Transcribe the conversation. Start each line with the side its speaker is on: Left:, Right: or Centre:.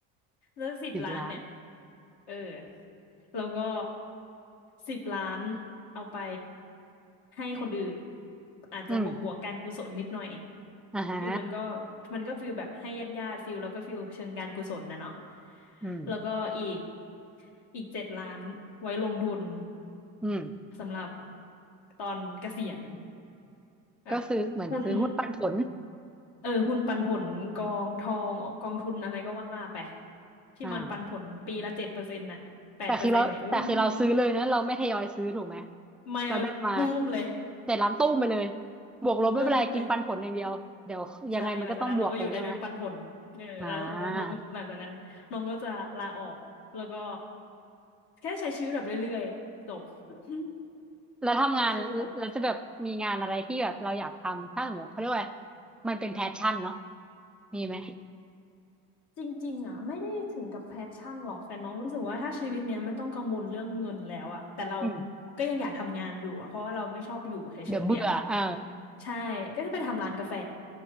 Left: สักสิบล้านเนี่ย
Centre: สิบล้าน
Left: เออแล้วก็สิบล้านเอาไปให้คนอื่นอาจจะบวกบวกการกุศลนิดหน่อย
Centre: อืมอ่าฮะ
Left: คือมันก็มันก็ฟิลแบบให้ญาติญาติฟิลแล้วก็ฟิลเชิงการกุศลนะเนาะ
Centre: อืม
Left: แล้วก็อีกอีกเจ็ดล้านไว้ลงทุน
Centre: อืม
Left: สำหรับตอนเกษียณแบบคุณ
Centre: ก็ซื้อเหมือนซื้อหุ้นปันผล
Left: เออหุ้นปันผลกองทองกองทุนอะไรก็ว่าไปที่มันปันผลปีละเจ็ดเปอร์เซ็นต์น่ะแปดเปอร์เซ็นต์เนี่ยอู้
Centre: อ่า แต่คือเราแต่คือเราซื้อเลยนะเราไม่ทยอยซื้อถูกไหม
Left: ไม่เราบูมเลย
Centre: เราได้มาเสร็จร้านตู้มไปเลยบวกลบไม่เป็นไรกินปันผลอย่างเดียวเดี๋ยวยังไงมันก็ต้องบวกกันใช่ไหม
Left: บูมเลยใช่หลังจากนั้นเราก็อยู่ได้ด้วยปันผลเออแล้วแล้วแล้วน้องหลังจากนั้นน้องก็จะลาออกแล้วก็
Centre: อ่า
Left: แค่ใช้ชีวิตแบบเรื่อยๆจบ <coughs> <laughs>
Centre: แล้วทำงานแล้วจะแบบมีงานอะไรที่แบบเราอยากทำถ้าสมมติเขาเรียกว่าอะไร
Left: ใช้ชีวิตแบบ
Centre: มันเป็นแพชชั่นเนาะมีไหม
Left: จริงๆอ่ะไม่ได้ถึงกับแพชชั่นหรอกแต่น้องรู้สึกว่าถ้าชีวิตเนี้ยไม่ต้องกังวลเรื่องเงินแล้วอ่ะแต่เรา
Centre: อืม
Left: ก็ยังอยากทำงานอยู่อะเพราะว่าเราไม่ชอบอยู่เฉยๆอ่ะ
Centre: เดี๋ยวเบื่อเออ
Left: ใช่ก็จะไปทำร้านกาแฟ